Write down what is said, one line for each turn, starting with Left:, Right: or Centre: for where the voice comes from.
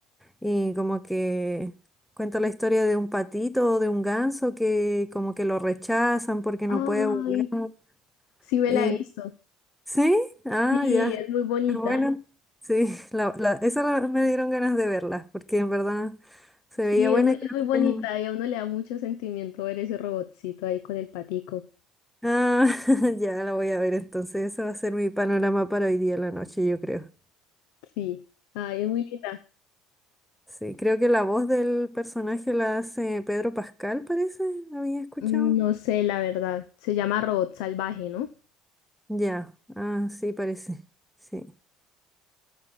Centre: Y como que cuenta la historia de un patito o de un ganso que como que lo rechazan porque no
Left: Ay,
Centre: puede volar.
Left: sí me
Centre: Y
Left: la he visto.
Centre: sí, ah,
Left: Sí,
Centre: ya.
Left: es muy bonita.
Centre: Pero bueno, sí, <laughs> la, la, esa la- me dieron ganas de verla, porque en verdad se
Left: Sí,
Centre: veía buena.
Left: es muy,
Centre: y creo
Left: es muy bonita
Centre: que-
Left: y a uno le da mucho sentimiento ver ese robotcito ahí con el patico.
Centre: Ah, <laughs> ya la voy a ver entonces. Ese va a ser mi panorama para hoy día en la noche, yo creo.
Left: Sí, ay, es muy linda.
Centre: Sí, creo que la voz del personaje la hace Pedro Pascal, parece. ¿Había escuchado?
Left: Mm, No sé, la verdad. Se llama Robot Salvaje, ¿no?
Centre: Ya, ah, sí, parece. Sí.